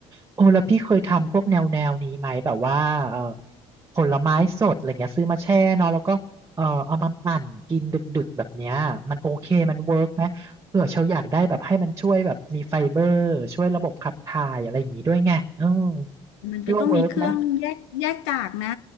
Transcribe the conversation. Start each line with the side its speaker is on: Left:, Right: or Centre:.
Right: โอ้แล้วพี่เคยทำพวกแนวแนวนี้ไหมแบบว่าเออผลไม้สดอะไรเงี้ยซื้อมาแช่เนาะแล้วก็เออเอามาปั่นกินดึกๆแบบเนี้ยมันโอเคมันเวิร์กไหมเผื่อเชลอยากได้แบบให้มันช่วยแบบมีไฟเบอร์ช่วยระบบขับถ่ายอะไรอย่างงี้ด้วยไงเออ
Left: มันก็ต้องมีเครื่องแยกแยกกากนะ
Right: คิดว่าเวิร์กไหม